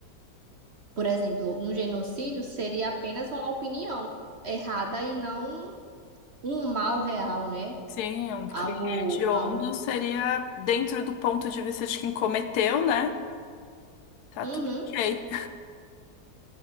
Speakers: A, on the right (about 55°); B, on the left (about 70°).
A: por exemplo, um genocídio seria apenas uma opinião errada e não um mal real, né?
B: Sim, um crime
A: Algo,
B: hediondo
A: algo.
B: seria dentro do ponto de vista de quem cometeu, né? Tá
A: Uhum,
B: tudo ok.